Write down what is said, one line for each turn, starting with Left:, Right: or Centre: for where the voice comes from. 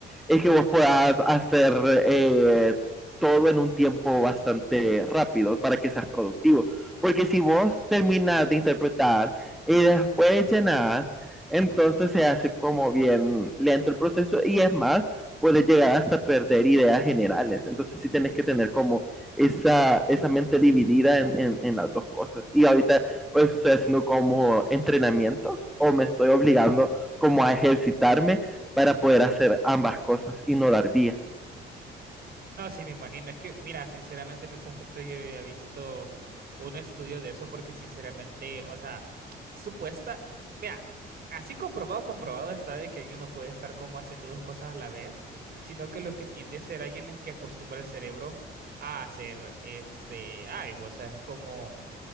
Centre: es que vos puedas hacer eh, todo en un tiempo bastante rápido para que seas productivo. Porque si vos terminas de interpretar y después llenas, entonces se hace como bien lento el proceso y es más, puedes llegar hasta perder ideas generales. Entonces sí tenés que tener como esa, esa mente dividida en, en, en las dos cosas. Y ahorita por eso estoy haciendo como entrenamientos o me estoy obligando como a ejercitarme para poder hacer ambas cosas y no dar vía.
Right: No, sí, me imagino. Es que, mira, sinceramente en ese aspecto yo había visto un estudio de eso porque sinceramente, o sea, supuesta, mira, así comprobado, comprobado está de que alguien no puede estar como haciendo dos cosas a la vez, sino que lo que tiende a hacer alguien es que acostumbra el cerebro a hacer este algo, o sea, es como